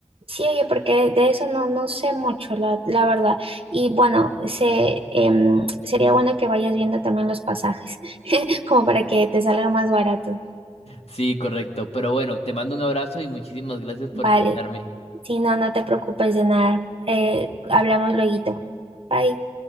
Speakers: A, on the right; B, on the left.
A: Sí, oye, porque de eso no, no sé mucho, la, la verdad. Y bueno, se, em, sería bueno que vayas viendo también los pasajes, <laughs> como para que te salga más barato.
B: Sí, correcto. Pero bueno, te mando un abrazo y muchísimas gracias por
A: Vale.
B: escucharme.
A: Si no, no te preocupes de nada. Eh, hablamos lueguito. Bye.